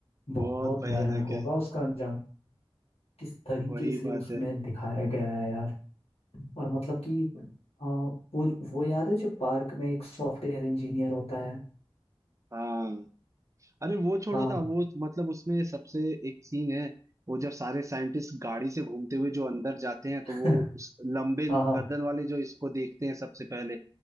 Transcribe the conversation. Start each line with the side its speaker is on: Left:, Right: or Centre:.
Left: बहुत
Right: बहुत भयानक
Left: भयानक होगा
Right: है
Left: उसका अंजाम किस तरीके
Right: वही
Left: से
Right: बात
Left: उसमें
Right: है
Left: दिखाया गया है यार और मतलब कि आ, वो वो याद है जो पार्क में एक सॉफ्टवेयर इंजीनियर होता है
Right: हाँ अरे वो छोड़ो
Left: हाँ
Right: ना वो मतलब उसमें सबसे एक सीन है वो जब सारे साइंटिस्ट गाड़ी से घूमते हुए जो अंदर जाते हैं
Left: <laughs>
Right: तो वो उस लंबे
Left: हाँ हाँ
Right: गर्दन वाले जो इसको देखते हैं सबसे पहले